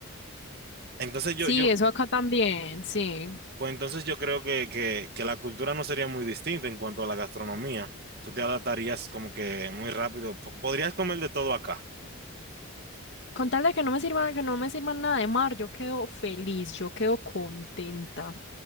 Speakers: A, on the right; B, on the left.
A: Entonces yo,
B: Sí,
A: yo
B: eso acá también, sí.
A: Pues entonces yo creo que, que, que la cultura no sería muy distinta en cuanto a la gastronomía. Tú te adaptarías como que muy rápido. P- podrías comer de todo acá.
B: Con tal de que no me sirvan, que no me sirvan nada de mar, yo quedo feliz, yo quedo contenta.